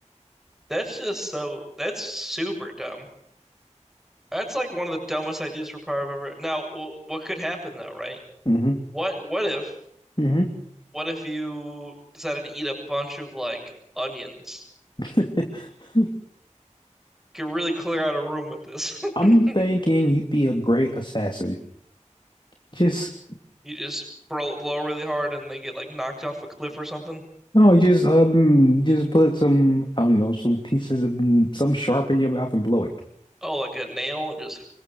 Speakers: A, in the centre; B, on the left.
A: That's just so that's super dumb. That's like one of the dumbest ideas for power I've ever. Now, wh- what could happen though, right?
B: hmm
A: What what if
B: hmm
A: what if you decided to eat a bunch of like onions?
B: <laughs>
A: Could really clear out a room with this.
B: I'm
A: <laughs>
B: thinking you'd be a great assassin. Just
A: You just blow, blow really hard and they get like knocked off a cliff or something.
B: no, just um, just put some I don't know some pieces of some sharp in your mouth and blow it.
A: Oh, like a nail and just